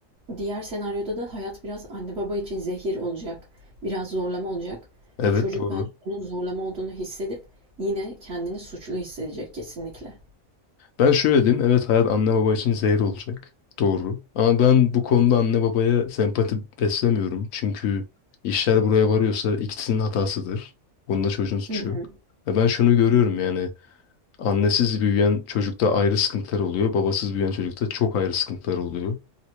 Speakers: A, on the right (about 60°); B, on the left (about 90°).
A: diğer senaryoda da hayat biraz anne baba için zehir olacak. Biraz zorlama olacak
B: Evet
A: ve çocuk
B: doğru.
A: bence bunun zorlama olduğunu hissedip yine kendini suçlu hissedecek kesinlikle.
B: Ben şöyle diyeyim. Evet hayat anne baba için zehir olacak. Doğru. Ama ben bu konuda anne babaya sempati beslemiyorum. Çünkü işler buraya varıyorsa ikisinin hatasıdır. Bunda çocuğun suçu
A: Hı hı
B: yok. Ve ben şunu görüyorum yani annesiz büyüyen çocukta ayrı sıkıntılar oluyor. Babasız büyüyen çocukta çok ayrı sıkıntılar oluyor.